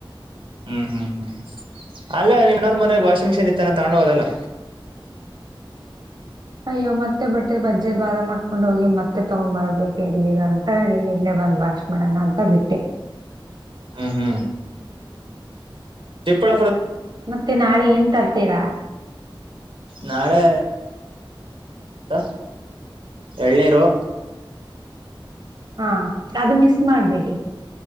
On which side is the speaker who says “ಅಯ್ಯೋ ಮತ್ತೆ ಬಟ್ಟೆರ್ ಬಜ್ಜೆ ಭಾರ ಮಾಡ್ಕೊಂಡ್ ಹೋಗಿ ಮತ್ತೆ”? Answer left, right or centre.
Right